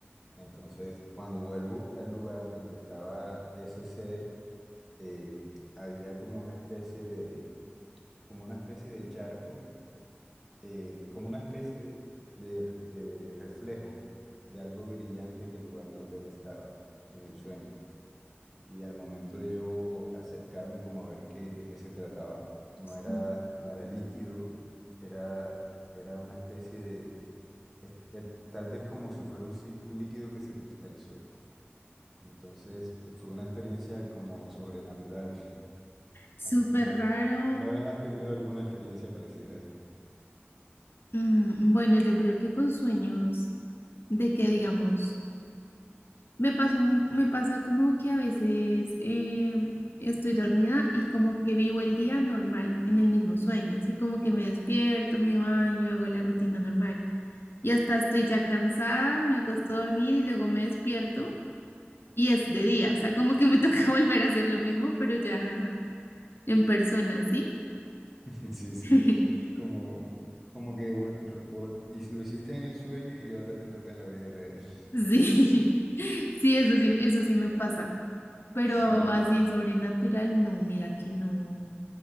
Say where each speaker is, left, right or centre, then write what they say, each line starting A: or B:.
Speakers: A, in the centre; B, on the left.
A: Entonces, cuando vuelvo al lugar donde estaba ese ser, eh, había como una especie de, como una especie de charco, eh, como una especie de, de reflejo de algo brillante en el lugar donde él estaba, en el sueño. Y al momento de yo acercarme como a ver qué, de qué se trataba, no
B: sí.
A: era, no era líquido, era, era una especie de, es- er- tal vez como si fuera un, si- un líquido que se cristalizó. Entonces tu- fue una experiencia como sobrenatural.
B: Súper
A: <laughs> ¿Algu-
B: raro.
A: ¿Alguna vez has tenido alguna experiencia parecida?
B: Mm, bueno, yo creo que con sueños de que digamos, me pasó, me pasa como que a veces eh, estoy dormida y como que vivo el día normal en el mismo sueño, así como que me despierto, me baño, hago la rutina normal y hasta estoy ya cansada, me acuesto a dormir y luego me despierto. Y es de día, o sea, como que me toca <laughs> volver a hacer lo mismo, pero ya en persona, ¿sí?
A: <laughs> Sí, sí,
B: <laughs>
A: como, como que vol- vol- y lo hiciste en el sueño y ahora te toca en la vida real. <laughs>
B: Sí, <laughs> sí, eso sí, eso sí me pasa. Pero
A: Sí.
B: así sobrenatural, no, mira que no.